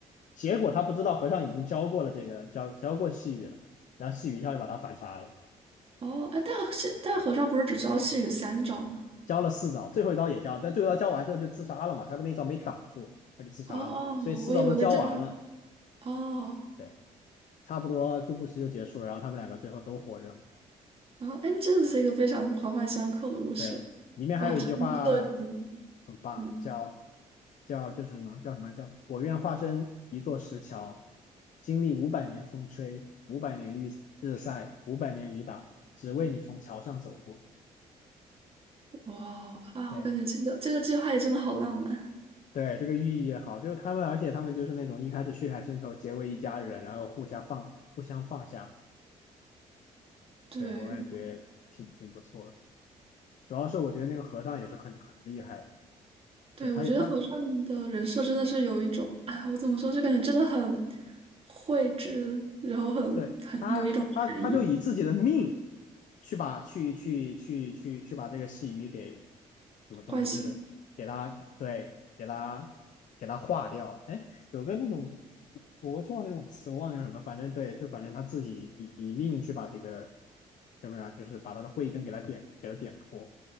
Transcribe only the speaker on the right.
哦，哎，大但大和尚不是只教细雨三招吗？
哦哦，
我以为是教，哦
哦，哎，那真的是一个非常环环相扣的故事，
哇，这个设定，
嗯，
哇哦啊，
我感觉这个这个计划也真的好浪漫，
对，
对，
我觉得和尚的人设真的是有一种啊，我怎么说，就感觉真的很绘制，然后很很有一种禅意
惯性